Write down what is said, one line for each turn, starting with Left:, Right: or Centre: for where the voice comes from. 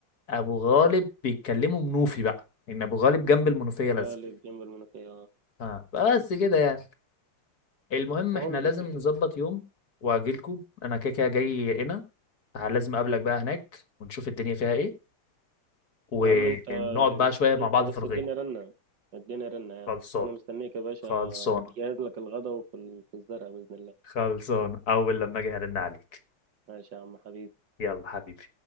Left: ابو غالب بيتكلموا منوفي بقى ان ابو غالب جنب المنوفيه
Right: قالب
Left: لازقه
Right: جنب المنوفيه آه.
Left: اه بس كده يعني المهم
Right: بقول
Left: احنا لازم
Right: لك
Left: نظبط يوم واجيلكوا انا كده كده جاي هنا لازم اقابلك بقى هناك ونشوف الدنيا فيها ايه ونقعد
Right: يا عم انت
Left: بقى شوية مع
Right: انت
Left: بعض
Right: بس
Left: في الغيط
Right: اديني رنه اديني رنه يعني
Left: خلصانة
Right: وانا مستنيك يا باشا
Left: خلصانة
Right: جهز لك الغدا وفي ال- في الزرع بإذن الله
Left: خلصانة اول لما اجي هرن عليك
Right: ماشي يا عم حبيبي
Left: يلا حبيبي